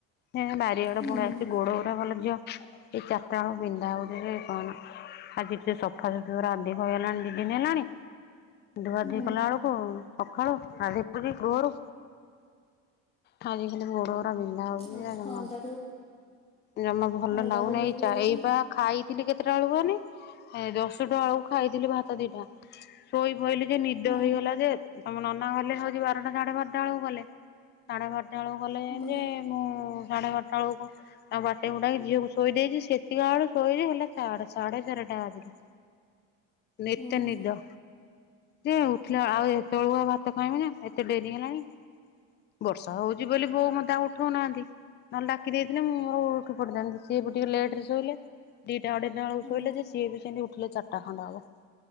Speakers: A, on the left (about 30°); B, on the left (about 15°).
A: ହେଁ ବାରିଆଡେ
B: ହୁଁ
A: ବୁଣ ଆଛି ଗୋଡ ଗୁଡା ଭଲ ଯ, ସେଇ ଚାରଟା ବଳୁ ବିନ୍ଧା ହଉଛି କି କଣ ଆଜି ସେ ସଫା ସୁଫି ଗୁଡ଼ା ଅଧିକ ହେଇଗଲାଣି ଦିଇ ଦିନ ହେଲାଣି, ଧୁଆଧୁଇ
B: ହୁଁ
A: କଲା ବେଳକୁ ହ ସଖାଳୁ ଗାଧେଇ ପଡ଼ି ଭୋରୁ, ଖାଜି ଖାଲି ଗୋଡ ବିନ୍ଧା ହଉଛି
B: ଏ
A: ଯେ
B: ଥଣ୍ଡାରୁ
A: ଜମା, ଜମା ଭଲ
B: ଥଣ୍ଡାରୁ
A: ଲାଗୁନି
B: ହଉଥିବ
A: ଏ ଚା
B: ଏମିତି
A: ଏଇ ପା ଖାଇଥିଲି କେତେଟା ବେଳକୁ କୁହନି, ମାନେ ଦଶଟା ବେଳକୁ ଖାଇଥିଲି ଭାତ ଦିଟା। ଶୋଇ ପଇଲି ଯେ ନିଦ
B: ହୁଁ।
A: ହେଇଗଲା ଯେ ତମ ନନା ଗଲେ ହଉଛି ବାରଟା ସାଢେ ବାରଟା ବେଳକୁ ଗଲେ। ସାଢ଼େ ବାରଟା ବେଳକୁ ଗଲେ
B: ହୁଁ
A: ଭାରି ଯେ, ମୁଁ ସାଢ଼େ ବାରଟା ବେଳକୁ ଆଉ ବାଟ ଗୁଡାକି ଝିଅକୁ ଶୋଇ ଦେଇଛି, ସେତିକି ବଳୁ ଶୋଇ ହେଲା ସାଢେ ସାଢେ ଚାରିଟା ବାଜିଲା। ଏତେ
B: ହୁଁ
A: ନିଦ, ଯେ ଉଠିଲା ଆଉ ଏତେ ବେଳକୁ ଆଉ ଭାତ ଖାଇବି ନା, ଏତେ ଡେରି ହେଲାଣି। ବର୍ଷା ହଉଛି ବୋଲି ବୋଉ ମତେ ଆଉ ଉଠଉନାହାନ୍ତି, ନହେଲେ ଡାକି ଦେଇଥିଲେ ମୁଁ ମୋ ଉଠି ପଡିଥାନ୍ତି ସିଏ ବି ଟିକେ ଲେଟ ରେ ଶୋଇଲେ। ଦିଟା ଅଢେଇଟା ବେଳକୁ
B: ହୁଁ
A: ଶୋଇଲେ ଯେ ସିଏ ବି ସେମିତି ଉଠିଲେ ଚାରିଟା ଖଣ୍ଡେ ହବ।